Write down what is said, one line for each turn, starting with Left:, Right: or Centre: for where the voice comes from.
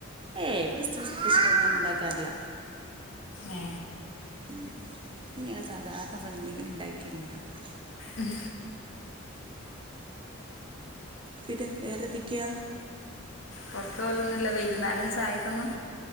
Right: ഏ ഇവിടെ <unintelligible> ഉണ്ടാക്കാറില്ല
Left: ഏ
Right: <unintelligible> സാധാരണ <unintelligible> എന്തെങ്കിലും ഇണ്ടാക്കിയൊക്കെണ്ടാക്കും
Left: ഉം
Right: പിന്നെ വേറെന്തൊക്കെയാ
Left: പൊറത്ത് പോവലൊന്നുല്ല വെയ്കുന്നേരം ചായക്കൊന്നു